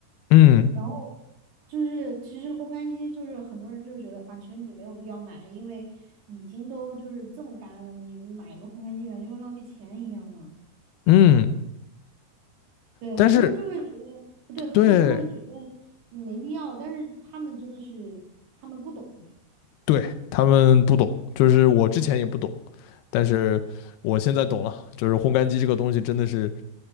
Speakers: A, on the left (about 80°); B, on the right (about 75°).
A: 嗯
B: 然后就是其实烘干机就是很多人就觉得啊，其实你没有必要买，因为已经都就是这么干了，你买一个烘干机感觉就浪费钱一样嘛。
A: 嗯，
B: 对，
A: 但是
B: 很多人就会觉得，对，很多人就会觉得
A: 对
B: 你没必要，但是他们真的是他们不懂，
A: 对，他们不懂，就是我之前也不懂，但是我现在懂了，就是烘干机这个东西真的是